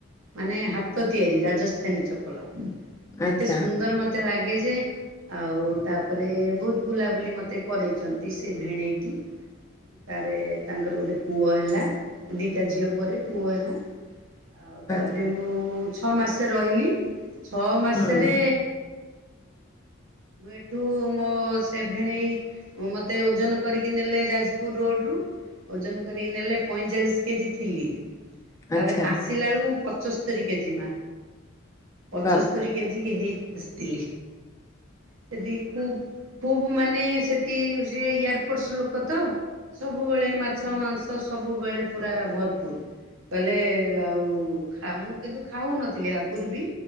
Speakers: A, on the right; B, on the left.
A: ମାନେ ହାତ ତିଆରି ରାଜସ୍ଥାନୀ ଚପଲ।
B: ଆଚ୍ଛା
A: ଏତେ ସୁନ୍ଦର ମତେ ଲାଗେ। ଲ ଯେ ଆଉ ତାପରେ ବହୁତ ବୁଲାବୁଲି ମତେ କରରେଇଛନ୍ତି ସେ ଭେଣେଇଟି ତାରେ ତାଙ୍କର ଗୋଟେ ପୁଅ ହେଲା ଦିଟା ଝିଅ ପରେ ପୁଅ ହେଲା। ଆଉ ତାପରେ
B: ଆଚ୍ଛା
A: ମୁଁ ଛଅ ମାସ ରହିଲି ଛଅ ମାସରେ
B: ହୁଁ
A: ଏଠୁ ମୋ ସେ ଭେଣେଇ ମୋତେ ଓଜନ କରିକି ନେଲେ ଯାଜପୁର ରୋଡ଼ରୁ ଓଜନ କରିକି ନେଲେ ପଇଁଚାଳିଶ କେଜି ଥିଲି। ତାପରେ
B: ଆଚ୍ଛା
A: ଆସିଲା ବେଳକୁ ପ ଚସ୍ତରି କେଜିମା। ପଞ୍ଚସ୍ତୋରୀ
B: ବାବାରେ
A: କେଜି କେ ହେଇି ବସ୍ ତିଲି ସେଠି ଖୁବ ଖୁବ। ମାନେ ସେଠି ସେ ଏୟାର ଫୋର୍ସ ଲୋକ ତ? ସବୁବେଳେ ମାଛ ମାଂସ। ତ ସବୁବେଳେ ପୁରା ଭରପୁର। କହିଲେ ଆଉ ଖା ମୁଁ କିନ୍ତୁ ଖାଉନଥିଲି ଆଗରୁ ବି